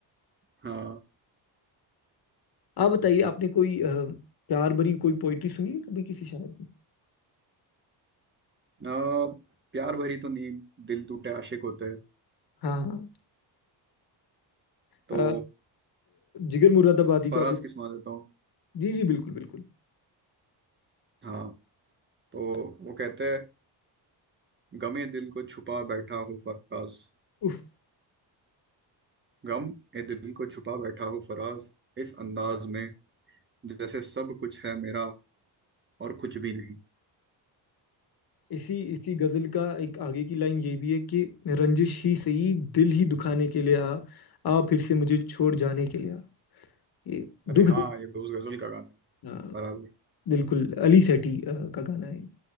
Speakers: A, on the right; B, on the left.
A: हाँ
B: आप बताइए आपने कोई अ, प्यार भरी कोई पोइट्री सुनी है कभी किसी शायर की
A: अ, प्यार भरी तो नींद दिल टूटे आशिक होते हैं,
B: हाँ हाँ
A: तो
B: अ, अ, जिगर मुरादाबादी
A: फराज
B: का वो
A: की सुना देता हूँ
B: जी जी बिल्कुल बिल्कुल
A: हाँ तो वो कहते हैं गमे दिल को छुपा बैठा हूँ फराज
B: उफ,
A: गम ए दिल को छुपा बैठा हूँ फराज इस अंदाज में जैसे सब कुछ है मेरा और कुछ भी नहीं
B: इसी इसी गजल का एक आगे की लाइन ये भी है कि रंजिश ही सही दिल ही दुखाने के लिए आ आ फिर से मुझे छोड़ जाने के लिए आ ये दुख
A: अरे हाँ ये तो उस गजल का गाना है
B: अ,
A: बराबर
B: बिल्कुल अली सेठी अ, का गाना है